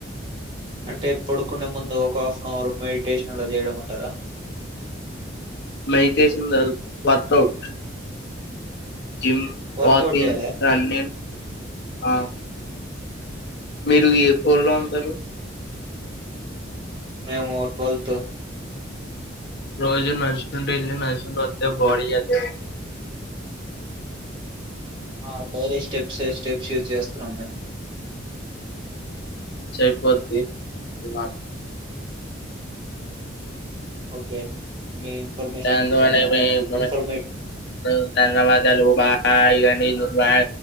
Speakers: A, on the right; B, on the left.
A: అంటే పడుకునే ముందు ఒక హాఫ్ అన్ అవర్ మెడిటేషన్ అలా చేయడం అంటారా
B: మెడిట్షన్ కాదు వొర్క్ఉట్ జిమ్
A: వర్కౌట్
B: వాకింగ్
A: చేయాలి
B: రనింగ్ ఆ మీరు ఏ పలో అంటారు
A: మేము ట్వెల్త్
B: రోజు నడుస్తుంట ఇల్ నచ్చస్తు అ బాడీ అద
A: ఆ డైలీ స్టెప్స్ స్టెప్స్ యూజ్ చేస్తున్నాం మేము
B: సైపోద్తి బమ
A: ఓకే మీ ఇన్ఫర్మేషన్
B: ఫర్మన్
A: చాలా ఇన్ఫర్మే
B: <inaudible> ధన్వాదాలు బాయ్ డి నిర్ణయ